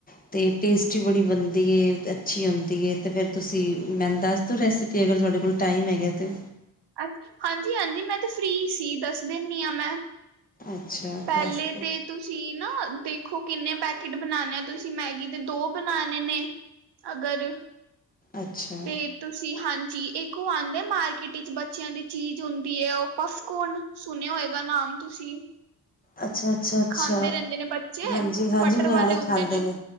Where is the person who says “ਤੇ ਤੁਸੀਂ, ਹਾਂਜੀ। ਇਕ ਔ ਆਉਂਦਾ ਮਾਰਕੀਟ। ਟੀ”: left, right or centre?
Right